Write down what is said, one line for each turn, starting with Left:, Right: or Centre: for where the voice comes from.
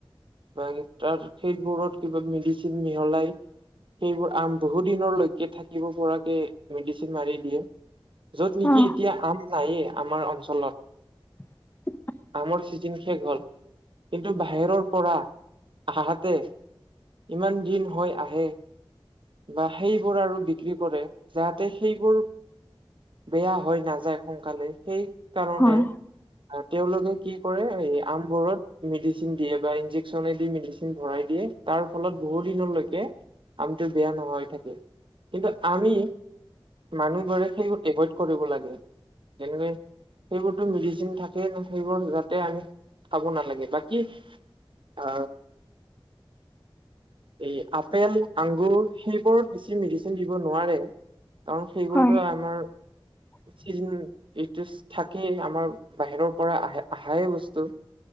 Right: বা তাৰ সেইবোৰত কিবা মেডিচিন মিহলাই- সেইবোৰ আম বহু দিনৰলৈকে থাকিব পৰাকে মেডিচিন মাৰি দিয়ে। যত নেকি
Left: অ
Right: এতিয়া আম নায়ে আমাৰ অঞ্চলত৷
Left: <unintelligible>
Right: আমৰ চিজিন শেষ হল কিন্তু বাহিৰৰ পৰা আহা ইয়াতে ইমান দিন হয় আহে বা সেইবোৰ আৰু বিক্ৰী কৰে যাতে সেইবোৰ বেয়া হৈ নাযায় সোনকালে সেই কাৰণে
Left: হয়
Right: তেওঁলোকে কি কৰে আমবোৰত মেডিচিন দিয়ে বা ইঞ্জেকচন দি মেডিচিন ভৰাই দিয়ে তাৰ ফলত বহুত দিনলৈকে আমটো বেয়া নহয় থাকে। কিন্তু আমি মানুহবৰে সেইবোৰ এভইড কৰিব লাগে যেনে সেইবোৰতো মেডিচিন থাকেই সেইবোৰ যাতে আমি খাব নালাগে বাকী আ এই আপেল, আংগুৰ সেইবোৰত বেছি মেডিচিন দিব নোৱাৰে৷ কাৰণ সেইবোৰতো
Left: হয়
Right: আমাৰ
Left: <inaudible>
Right: চিজন এইটো থাকেই আমাৰ বাহিৰৰ পৰা আহে আহাই বস্তু